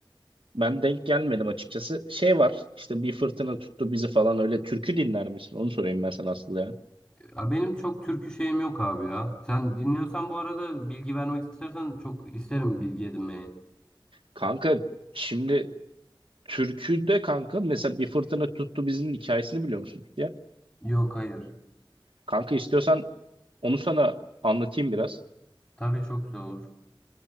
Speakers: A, on the right; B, on the left.
A: ben denk gelmedim açıkçası. Şey var işte bir fırtına tuttu bizi falan öyle türkü dinler misin? Onu sorayım ben sana asıl ya.
B: Ya benim çok türkü şeyim yok abi ya. Sen dinliyorsan bu arada bilgi vermek istersen çok isterim bilgi edinmeyi.
A: Kanka şimdi türküde kanka mesela bir fırtına tuttu bizinin hikayesini biliyor musun peki ya?
B: Yok hayır.
A: Kanka istiyorsan onu sana anlatayım biraz.
B: Tabii çok güzel olur.